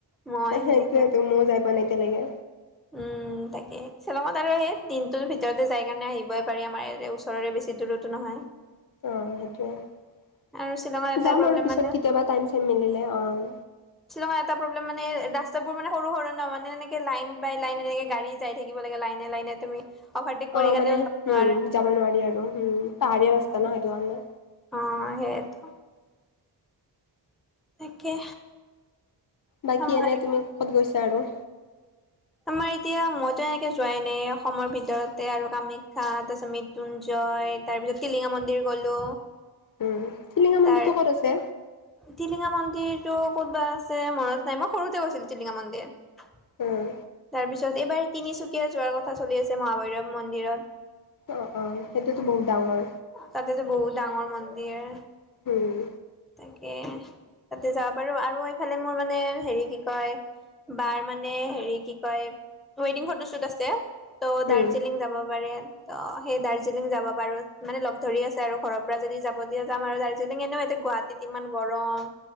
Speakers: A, in the centre; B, on the left.
A: মই
B: সেইটোৱেতো
A: সেনেকে
B: ময়ো যাই পোৱা নাই এতিয়ালৈকে।
A: উম! তাকে শ্বেলঙত আৰু সেই দিনটো ভিতৰতে যাই কাৰণে আহিবই পাৰি আমাৰ ই ওচৰৰে বেছি দূৰতো নহয়।
B: অ সেইটোৱে।
A: আৰু শ্বিলঙৰ এটাই
B: যাম
A: প্ৰব্লেম
B: আৰু পিছত
A: মানে
B: কেতিয়াবা টাইম চাইম মিলিলে অ'।
A: শ্বিলংৰ মানে এটা প্ৰব্লেম মানে ৰাস্তাবোৰ মানে সৰু সৰু ন মানে এনেকে লাইন বাই লাইন এনেকে গাড়ী যাই থাকিব লাগে লাইনে- লাইনে তুমি, অভাৰটেক কৰি
B: অ
A: কেনেও
B: মানে
A: যাব নোৱাৰা
B: উম্ যাব নোৱাৰি আৰু উম্ পাহাৰীয়া
A: উম,
B: ৰাস্তা ন সেইটো কাৰণে।
A: অ সেইটো তাকে।
B: বাকী
A: আমাৰ
B: এনে তুমি ক'ত গৈছা আৰু
A: আমাৰ এতিয়া মইতো এনেকে যোৱাই নাই অসমৰ ভিতৰতে আৰু কামাখ্যা, তাৰপিছত মৃত্যুঞ্জয়, তাৰ পিছত টিলিঙা মন্দিৰ গলো।
B: উম, টিলিঙা মন্দিৰটো
A: তাৰ
B: ক'ত আছে?
A: টিলিঙা মন্দিৰ টো ক'তবা আছে মনত নাই মই সৰুতে গৈছিলো টিলিঙা মন্দিৰ। তাৰপিছত
B: উম,
A: এইবাৰ তিনিচুকীয়া যোৱাৰ কথা চলি আছে মহাভৈৰৱ মন্দিৰত।
B: অ অ সেইটোতো বহুত ডাঙৰ।
A: তাতেতো বহুত ডাঙৰ মন্দিৰ,
B: উম্
A: তাকে তাতে যাব পাৰো আৰু এইফালে মোৰ মানে হেৰি কি কয়, বাৰ মানে হেৰি কি কয় ৱেডিং ফটোশ্বুট আছে। ত' দাৰ্জিলিং
B: উম।
A: যাব পাৰে। ত সেই দাৰ্জিলিং যাব পাৰো, মানে লগ ধৰি আছে আৰু ঘৰৰ পৰা যদি যাব দিয়ে যাম আৰু। এনেও এতিয়া গুৱাহাটীত ইমান গৰম।